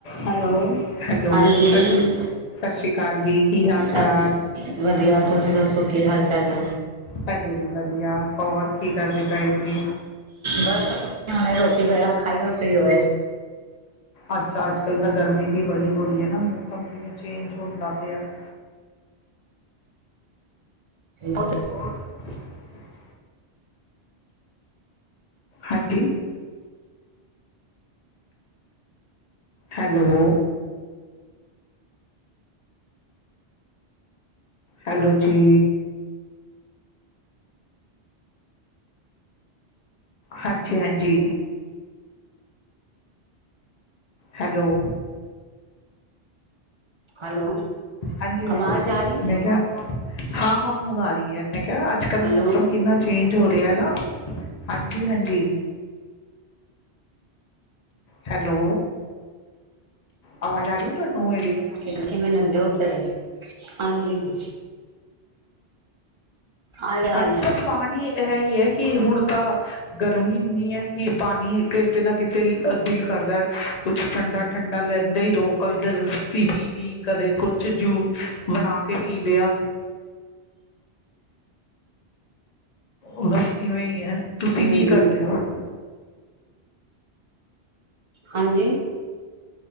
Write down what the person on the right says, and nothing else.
ਹਾਂਜੀ
ਸਤਿ
ਵਧੀਆ ਤੁਸੀਂ ਦੱਸੋ ਕੀ ਹਾਲ ਚਾਲ ਹੈ
ਬਸ ਹੇ ਰੋਟੀ ਵਗੈਰਾ ਖਾਈ ਵਤਰੀ ਹੋਏ
ਬਤ <unintelligible>
ਹੈਲੋ
ਆਵਾਜ਼ ਆ ਰਹੀ
ਹੈ
ਹੈਲੋ
ਕਿਵੇਂ ਲੈਂਦੇ ਹੋ ਫਿਰ ਹਾਂਜੀ <unintelligible> ਆ ਗਿਆ
ਆ ਗਿਆ
ਹਮ
ਹਮ
ਹਾਂਜੀ।